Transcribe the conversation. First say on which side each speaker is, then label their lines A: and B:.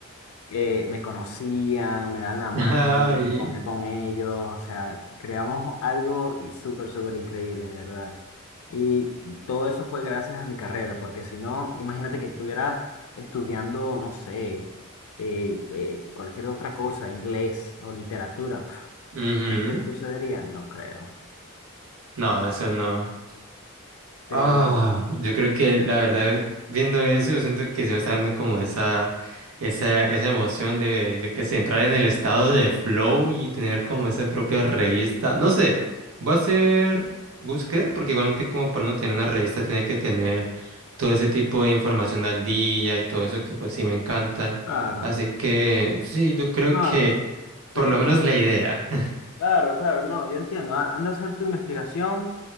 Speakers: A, on the left; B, on the right.
A: eh, me conocían, me dan la mano,
B: <laughs> Ay.
A: comía con ellos, o sea, creamos algo y súper, súper increíble, de verdad. Y todo eso fue gracias a mi carrera, porque si no, imagínate que estuviera estudiando, no sé, eh, eh, cualquier otra cosa, inglés o literatura, pf,
B: ujú.
A: ¿qué sucedería? No creo,
B: No, eso no.
A: pero
B: Ah, yo creo que la verdad, viendo eso, yo siento que se me está dando como esa, esa, esa emoción de, yo que sé, entrar en el estado de flow y tener como esa propia revista. No sé, voy a hacer búsqueda, porque igualmente como para no tener una revista tiene que tener todo ese tipo de información al día y todo eso que pues sí me encanta.
A: claro,
B: Así que sí, yo creo
A: no,
B: que
A: sí,
B: por lo menos
A: sí,
B: la idea.
A: Claro, claro, no, yo entiendo. A- Anda a hacer tu investigación